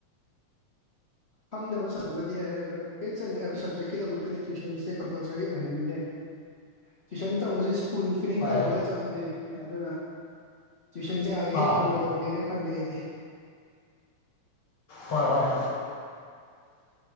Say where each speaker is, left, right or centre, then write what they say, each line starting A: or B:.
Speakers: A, on the left; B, on the left.
A: ꯈꯪꯗꯕ ꯁꯝꯕꯗꯤ ꯌꯥꯏ ꯑꯗꯣ ꯏꯠꯁ ꯑꯦꯟ ꯑꯦꯕ꯭ꯔꯤ ꯁꯞꯖꯦꯛꯀꯤꯗꯃꯛꯇ ꯇꯨꯋꯏꯁꯟꯁꯦ ꯀꯝꯄꯜꯁꯔꯤ ꯑꯣꯏꯍꯟꯅꯤꯡꯗꯦ
B: <inaudible>
A: ꯇꯨꯋꯏꯁꯟ ꯇꯧꯕꯁꯤ ꯁ꯭ꯄꯨꯟ ꯐꯤꯗꯤꯡ
B: ꯍꯣꯏ
A: ꯇꯧꯕꯒ ꯆꯞ ꯃꯥꯟꯅꯩ ꯑꯗꯨꯅ ꯇꯨꯋꯏꯁꯟꯖꯦ ꯌꯥꯔꯤꯈꯩ
B: ꯑꯥ
A: ꯇꯧꯔꯣꯏꯗꯧꯕꯅꯦꯅ ꯈꯜꯂꯦ ꯑꯩꯗꯤ
B: ꯍꯣꯏ ꯍꯣꯏ